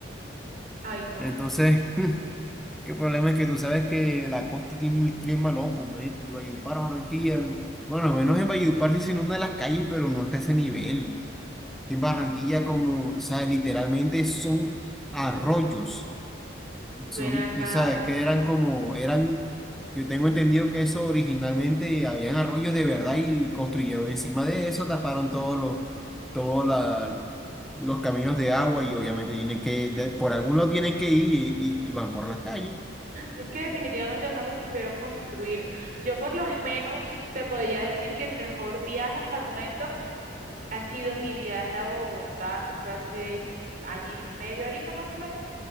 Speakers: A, on the right; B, in the centre.
A: Ay, no.
B: Entonces, <laughs> qué problema es que tú sabes que la costa tiene un clima loco, man, y Valledupar, Barranquilla. Bueno, al menos en Valledupar sí se inunda las calles, pero no está a ese nivel. que en Barranquilla como, o sea, literalmente son arroyos.
A: Ven
B: Son,
A: acá.
B: esa, que eran como, eran, yo tengo entendido que eso originalmente habían arroyos de verdad y construyeron encima de eso, taparon todos los, todos la- los caminos de agua y obviamente tienen que, de- por algún lado tienen que ir y, y- y van por las calles.
A: Es que definitivamente no lo supieron construir. Yo por lo menos te podría decir que mi mejor viaje hasta el momento ha sido mi viaje a Bogotá, que fue hace año y medio ahorita más o menos.